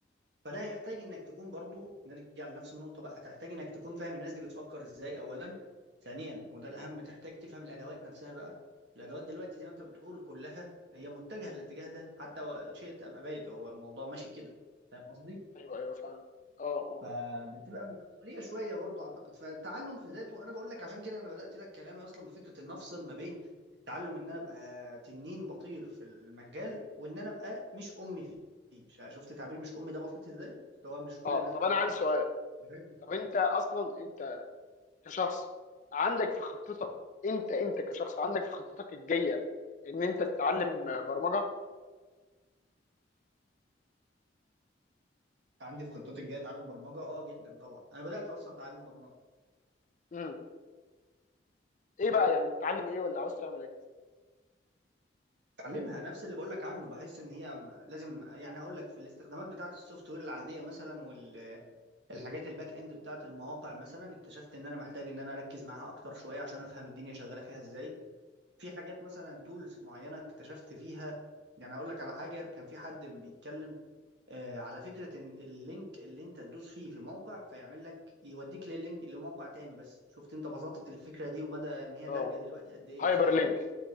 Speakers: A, on the right; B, on the left.
A: فده هيحتاج انك تكون برضو نرجع لنفس النقطة بقى هتحتاج انك تكون فاهم الناس دي بتفكر ازاي اولا ثانيا وده الاهم تحتاج تفهم الادوات نفسها بقى الادوات دلوقتي زي ما انت بتقول كلها هي متجهة للاتجاه ده حتى و- شئت ام ابيت هو الموضوع ماشي كده فاهم قصدي
B: ايوه ايوه فعلا اه اه
A: فبتبقى مسؤوليه شويه برضو اعتقد فالتعلم في ذاته انا بقول لك عشان كده انا بدات لك كلامي اصلا بفكره ان افصل ما بين التعلم ان انا ابقى تنين بطير في المجال وان انا ابقى مش امي فيه ش- شفت تعبير مش امي ده بسيط ازاي هو مش كل
B: اه
A: الناس
B: طب
A: بقى
B: انا
A: بت...
B: عندي سؤال
A: بتركز
B: طب
A: معاه
B: انت اصلا انت كشخص عندك في خطتك انت انت كشخص عندك في خطتك الجايه ان انت تتعلم برمجه
A: عندي في خطتي الجايه اتعلم برمجه اه جدا طبعا انا بدات اصلا اتعلم برمجه
B: امم ايه بقى يعني بتتعلم ايه ولا عاوز تعمل ايه
A: اتعلمها نفس اللي بقول لك عنه بحس ان هي م- لازم يعني هقول لك في الاستخدامات بتاعه السوفت وير العاديه مثلا الحاجات الباك اند بتاعت المواقع مثلا اكتشفت ان انا محتاج ان انا اركز معاها اكتر شويه عشان افهم الدنيا شغاله فيها ازاي في حاجات مثلا تولز معينه اكتشفت فيها يعني هقول لك على حاجه كان في حد بيتكلم آه على فكره ان اللينك اللي انت تدوس فيه في موقع فيعمل لك يوديك للينك لموقع تاني بس شفت انت بساطه الفكره دي ومدى ان هي دارجه
B: اه
A: دلوقتي قد ايه
B: هايبر
A: صح
B: لينك
A: كده